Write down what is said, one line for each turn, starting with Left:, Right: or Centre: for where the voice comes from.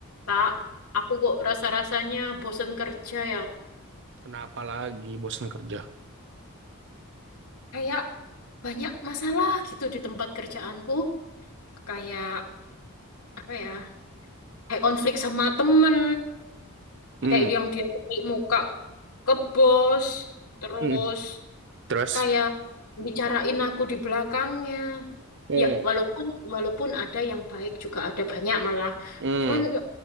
Left: Kak, aku kok rasa-rasanya bosen kerja ya.
Right: Kenapa lagi bosan kerja?
Left: Kayak banyak masalah gitu di tempat kerjaanku. Kayak apa ya? Kayak konflik sama temen.
Right: Hmm,
Left: Kayak yang dia cari muka ke bos. Terus
Right: hmm. Terus?
Left: kayak bicarain aku di belakangnya.
Right: Eh,
Left: Ya, walaupun walaupun ada yang baik juga ada banyak malah.
Right: Hmm,
Left: Cuman ya,